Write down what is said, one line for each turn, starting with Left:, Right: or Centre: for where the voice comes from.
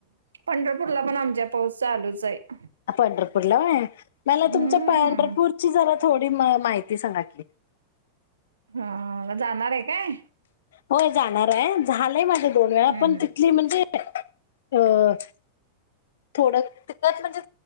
Right: पंढरपुरला पण आमच्या पाऊस चालुच आहे.
Left: पंढरपुर ला व्हय मला
Right: हम्म
Left: तुमच्या पंढरपुरची जरा थोडी माहिती सांगा की
Right: हा जाणार आहे काय
Left: होय जाणार आहे झालंय माझे दोन वेळा
Right: हम्म
Left: पण
Right: हम्म.
Left: तिथली म्हणजे ह थोडं तिथं म्हणजे